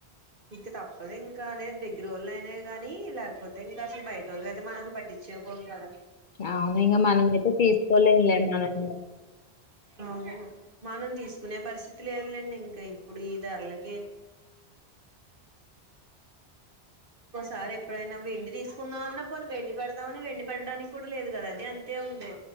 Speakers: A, on the right (about 55°); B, on the left (about 55°).
A: ఇంకా తప్పదు ఇంకా అనే దగ్గర వోళ్ళు అయినా గానీ లేకపోతే ఇంకా అసలు బయట వోళ్ళు అయితే మనకి పట్టించు కోమ్ కదా
B: అవును ఇంగ మనము అయితే తీసుకోలేంలే మనము
A: అవును మనం తీసుకునే పరిస్థితి లేదులేండి ఇంకా ఇప్పుడు ఈ ధరలకి ఒసారి ఎప్పుడైనా వెండి తీసుకుందామన్నా పోనీ వెండి పెడతామన్నా వెండి పెడడానికి కూడా లేదు కదా అది అంతే ఉంది.